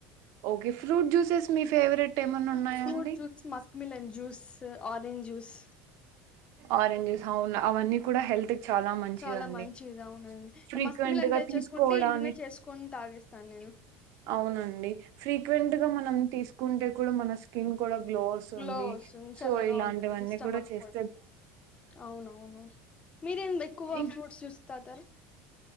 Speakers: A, on the right; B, on the left.
A: ఓకే ఫ్రూట్ జ్యూసెస్ మీ ఫేవరెట్ ఏమన్నా ఉన్నాయా
B: ఫ్రూట్
A: అండి
B: juice Musk melon juice orange juice
A: oranges అవును అవన్నీ కూడా హెల్త్ చాలా మంచిదండి
B: చాలా మంచిది అవునండ్
A: ఫ్రీక్వెంట్
B: మస్క్ మిలన్
A: గా
B: తెచ్చేసుకుంటే
A: తీసుకోవడాని
B: ఇంట్లోనే చేసుకొన్ తాగేస్తాను నేన్
A: అవునండి ఫ్రీక్వెంట్ గా మనం తీసుకుంటే కూడా మన స్కిన్ కూడా గ్లో ఓస్తుంది
B: గ్లో వస్తుంది
A: సో
B: చల్లగా
A: ఇలాంటివన్నీ
B: ఉంటుంది స్టమక్
A: కూడా చేస్
B: అవునవును మీరెంది ఎక్కువగా
A: ఇం
B: ఫ్రూట్ జ్యూస్ తాగుతారు.